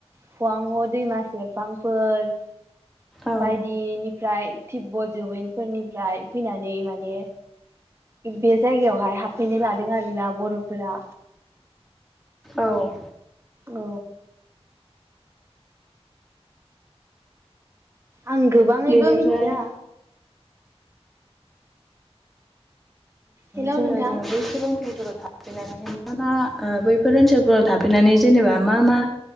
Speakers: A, on the right (about 25°); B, in the centre.
A: हुवां ह दैमा सेरफांफोर
B: औ
A: बायदिनिफ्राय टिब्ब जौयेनफोरनिफ्राय फैनानै माने बे जायगायावहाय हाबफैनो लादों आरोना बर'फोरा
B: औ।
A: औ। आं गोबाङैबो
B: बेनिफ्राय
A: मिथिया हेलौ
B: जोङो
A: नोंथां
B: बैसोर
A: औ
B: ओनसोलफोराव नोंथाङा बैफोर ओनसोलफोराव थाफैनानै जेनेबा मा मा